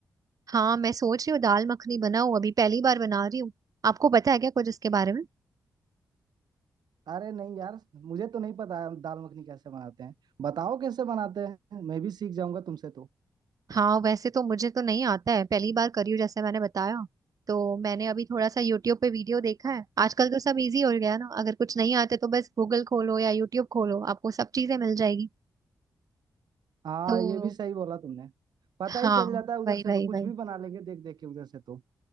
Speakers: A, on the right; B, on the right.
A: हाँ मैं सोच रही हूँ दाल मखनी बनाऊँ अभी पहली बार बना रही हूँ आपको पता है क्या कुछ इसके बारे में
B: अरे नहीं यार मुझे तो नहीं पता है दाल मखनी कैसे बनाते हैं बताओ कैसे बनाते हैं मैं भी सीख जाऊंगा तुमसे तो
A: हाँ वैसे तो मुझे तो नहीं आता है पहली बार करी हूँ जैसे मैंने बताया तो मैंने अभी थोड़ा सा यूट्यूब पे वीडियो देखा है आजकल तो सब इजी हो गया है ना अगर कुछ नहीं आता तो बस गूगल खोलो या यूट्यूब खोलो आपको सब चीजें मिल जाएगी
B: हाँ
A: तो
B: ये भी सही बोला तुमने पता
A: हाँ
B: ही चल जाता है उधर
A: वही
B: से
A: वही
B: तो कुछ
A: वही
B: भी बना लेंगे देख देख के उधर से तो